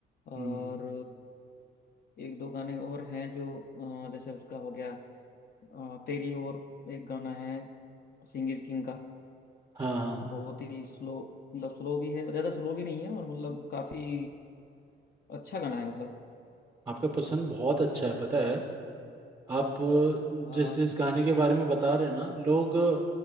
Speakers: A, on the left; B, on the right.
A: और
B: हम्म
A: अ, एक दो गाने और हैं जो अ, जैसे उसका हो गया अ, तेरी और एक गाना है सिंग इज किंग का
B: हाँ हाँ
A: बहुत ही स्लो मतलब स्लो भी है ज्यादा स्लो भी नहीं है और मतलब काफी अच्छा गाना है मतलब
B: आपका पसंद बहुत अच्छा
A: अ,
B: है पता है आप अ,
A: हाँ
B: जिस जिस गाने के बारे में बता रहे हैं ना लोग अ,